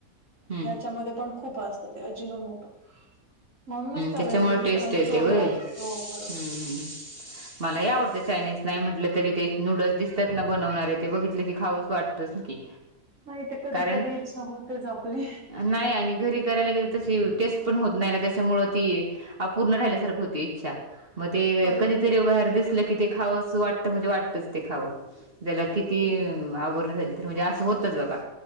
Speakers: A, on the right; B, on the right.
A: हम्म
B: ह्याच्यामध्ये पण खूप असतं ते अजिनो मोटो म्हणूनच त्याला
A: त्याच्यामुळे
B: एवढी
A: टेस्ट येते
B: चव
A: ते होय
B: लागते.
A: हम्म
B: हो बरोबर. हां.
A: हम्म. मला लई आवडतं चायनीज नाही म्हटलं तरी ते नूडल्स दिसतात ना बनवणारे ते बघितले की खावंच वाटत. च कि
B: नाही ते कधी-कधी
A: कारण
B: इच्छा होतेच आपली.
A: नाही आणि घरी करायला गेल तशी टेस्ट पण होत नाही ना त्याच्यामुळे ती अपूर्ण राहिल्यासारख होती इच्छा. मग ते
B: बरोबर.
A: कधीतरी बाहेर दिसलं की ते खावस वाटत म्हणजे वाटतच ते खावं. त्याला किती
B: बरोबर.
A: आवरण झाली तरी म्हणजे असं होतच बाबा.